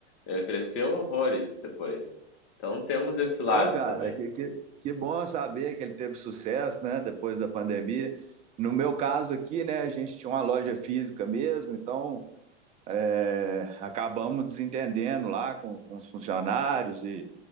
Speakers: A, on the left; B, on the right.
A: É, Cresceu horrores depois. Então temos esse lado
B: Ô, cara,
A: também.
B: que, que, que bom saber que ele teve sucesso, né, depois da pandemia. No meu caso aqui, né, a gente tinha uma loja física mesmo, então é, acabamos desentendendo lá com, com os funcionários e,